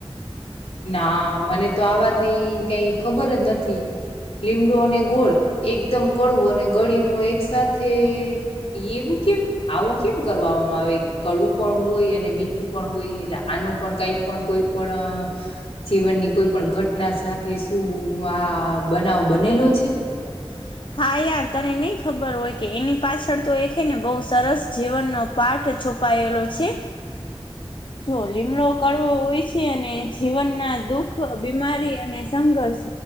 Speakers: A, on the left; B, on the left.
A: ના મને તો આ વાતની કઈ ખબર જ નથી. લીમડું અને ગોળ એકદમ કડવું અને ગળી નુ એક સાથે એવું કેમ આવું કેમ કરવામાં આવે કળું પણ હોય અને મીઠું પણ હોય એટલે આનું પણ કાઈ પણ કોઈ પણ અ જીવનની કોઈ પણ ઘટના સાથે શું આ બનાવ બનેલો છે.
B: <inaudible> હા યાર તને નહી ખબર હોય કે એની પાછળ તો એે ને બહુ સરસ જીવનનો પાઠ. છુપાયેલો છે. જો લીમડો કરવો હોય છે, અને જીવન ના દુઃખ બીમારી અને સંઘર્ષ